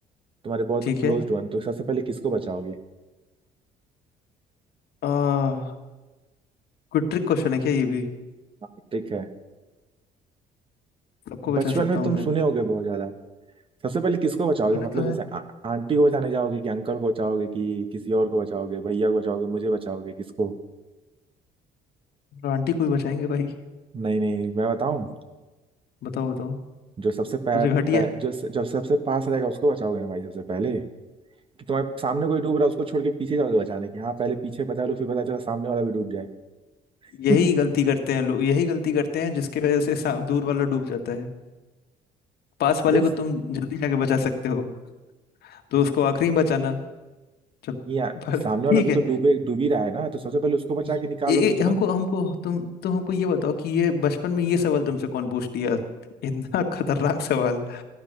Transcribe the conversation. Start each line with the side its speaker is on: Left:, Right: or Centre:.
Right: तुम्हारे बहुत
Left: ठीक
Right: क्लोज
Left: है
Right: वन तो सबसे पहले किसको बचाओगे
Left: आ, कोई ट्रिक क्वेश्चन है क्या ये भी
Right: हाँ, ठीक है
Left: सबको बचा
Right: बचपन
Left: सकता
Right: में
Left: हूँ
Right: तुम
Left: मैं
Right: सुने होगे बहुत ज्यादा सबसे पहले किसको बचाओगे
Left: सुने
Right: मतलब
Left: तो
Right: जैसे
Left: है
Right: आ, आंटी को बचाने जाओगे कि अंकल को बचाओगे कि किसी और को बचाओगे भैया को बचाओगे मुझे बचाओगे किसको
Left: आंटी कोई बचाएंगे भाई
Right: नहीं नहीं मैं बताऊं
Left: बताओ बताओ
Right: जो सबसे पै,
Left: कुछ घटिया
Right: पै, जो स- जो सबसे पास रहेगा उसको बचाओगे ना भाई सबसे पहले कि तुम्हारे सामने कोई डूब रहा है उसको छोड़ के पीछे जाओगे बचाने की हाँ पहले पीछे बचा लो फिर पता चला सामने वाला भी डूब जाए
Left: यही
Right: <laughs>
Left: गलती करते हैं लोग यही गलती करते हैं जिसकी वजह से सा- दूर वाला डूब जाता है पास वाले
Right: अरे
Left: को
Right: स-
Left: तुम जल्दी जाके बचा सकते हो तो उसको आखिरी में बचाना जब <laughs>
Right: ये यार
Left: पर
Right: सामने
Left: ठीक
Right: वाला भी
Left: है
Right: तो डूबे डूब ही रहा है ना तो सबसे पहले उसको बचा
Left: ये,
Right: के निकालो
Left: ये,
Right: फिर तुरंत
Left: हमको हमको तुम तुम हमको ये बताओ कि ये बचपन में ये सवाल तुमसे कौन पूछ लिया इतना <laughs> खतरनाक सवाल